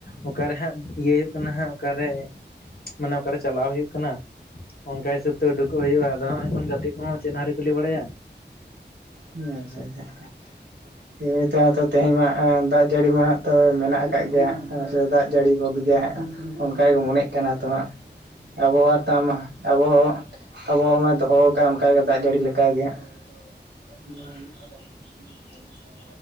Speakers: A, on the left; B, on the right.
A: ᱚᱠᱟᱨᱮ ᱦᱟᱸᱜ ᱤᱭᱟᱹ ᱦᱩᱭᱩᱜ ᱠᱟᱱᱟ ᱦᱟᱸᱜ ᱚᱠᱟᱨᱮ ᱢᱟᱱᱮ ᱚᱠᱟᱨᱮ ᱪᱟᱞᱟᱣ ᱦᱩᱭᱩᱜ ᱠᱟᱱᱟ᱾ ᱚᱱᱠᱟ ᱦᱤᱥᱟᱹᱵ ᱛᱮ ᱩᱰᱩᱠᱚᱜ ᱦᱩᱭᱩᱜ-ᱟ᱾ ᱟᱫᱚ ᱦᱟᱸᱜ ᱮᱠᱷᱚᱱ ᱜᱟᱛᱮᱜ ᱠᱚᱦᱚᱸ ᱪᱮᱫᱦᱚᱸ ᱟᱣᱨᱤ ᱠᱚ ᱞᱟᱹᱭ ᱵᱟᱲᱟᱭᱟ᱾
B: ᱟᱪᱪᱷᱟ
A: ᱦᱮᱸ
B: ᱟᱪᱪᱷᱟ᱾ ᱮᱢᱱᱤ ᱛᱮᱦᱚᱸ ᱛᱚ ᱛᱮᱦᱮᱧ ᱢᱟ ᱮᱸ ᱫᱟᱜ ᱡᱟᱹᱲᱤ ᱢᱟ ᱦᱟᱸᱜ ᱛᱚ ᱢᱮᱱᱟᱜ ᱟᱠᱟᱫ ᱜᱮᱭᱟ ᱦᱟᱸᱜ ᱥᱮ ᱫᱟᱜ ᱡᱟᱹᱲᱤ ᱜᱚᱫ ᱜᱮᱭᱟ ᱦᱟᱸᱜ᱾ ᱚᱱᱠᱟᱜᱮ ᱢᱚᱱᱮᱜ ᱠᱟᱱᱟ ᱛᱚ ᱦᱟᱸᱜ ᱟᱵᱚᱦᱟᱣᱟ ᱛᱟᱢ ᱟᱵᱚᱦᱟᱣᱟ ᱟᱵᱚᱦᱟᱣᱟ ᱢᱟᱭ ᱫᱚᱦᱚᱣ ᱟᱠᱟᱫᱼᱟ ᱚᱱᱠᱟᱜᱮ ᱫᱟᱜ ᱡᱟᱹᱲᱤ ᱞᱮᱠᱟᱜᱮ ᱦᱟᱸᱜ᱾ <inaudible>